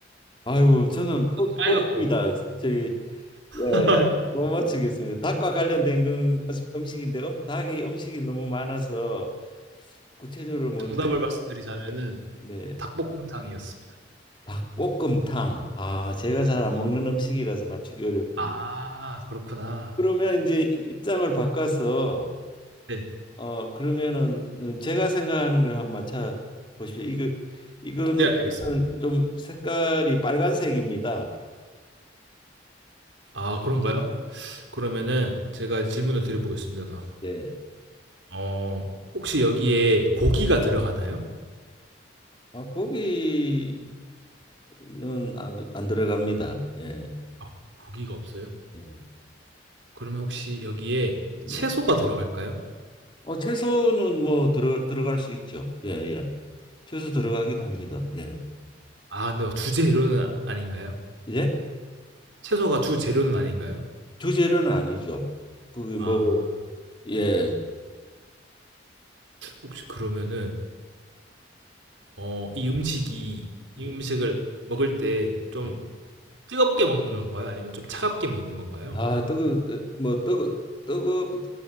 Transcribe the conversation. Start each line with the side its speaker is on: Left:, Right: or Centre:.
Left: 아유, 저는 포, 포기입니다.
Right: 빨갛고
Left: 저기 예.
Right: <laughs>
Left: 못 맞추겠습니다. 닭과 관련된 건 음식인데 음, 닭이 음식이 너무 많아서 구체적으로 뭔지를
Right: 정답을 말씀드리자면은
Left: 네
Right: 닭볶음탕이었습니다.
Left: 닭볶음탕 아 제가 잘 안 먹는 음식이라서 맞추기 어렵군요.
Right: 아 그렇구나.
Left: 그러면 이제 입장을 바꿔서
Right: 네,
Left: 어 그러면은 제가 생각하는 걸 한번 맞춰 보십시오. 이거 이거는
Right: 네 알겠습니다.
Left: 좀 색깔이 빨간색입니다.
Right: 아, 그런가요? 그러면은 제가 질문을 드려보겠습니다.
Left: 예.
Right: 어, 혹시 여기에 고기가 들어가나요?
Left: 아 고기는 안, 안 들어갑니다. 예.
Right: 아, 고기가 없어요.
Left: 예.
Right: 그러면 혹시 여기에
Left: 네.
Right: 채소가 들어갈까요?
Left: 어 채소는 뭐 들어 들어갈 수 있죠. 예, 예. 채소 들어가기도 합니다. 예.
Right: 아 근데 막 주재료는 아닌가요?
Left: 예?
Right: 채소가 주재료는 아닌가요?
Left: 주재료는 아니죠. 그게
Right: 아.
Left: 뭐 예.
Right: 혹시 그러면은 어 이 음식이
Left: 네.
Right: 이 음식을 먹을 때 좀
Left: 네.
Right: 뜨겁게 먹는 건가요? 아니면 좀 차갑게 먹는 건가요?
Left: 아, 뜨거 뜨- 뭐 뜨거 뜨거